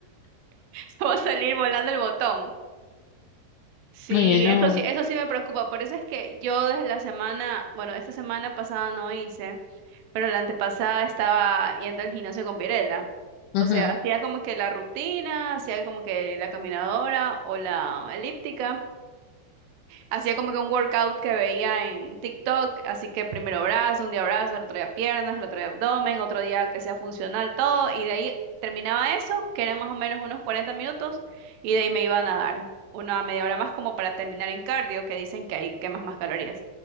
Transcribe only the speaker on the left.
Oye, no.
Ujú.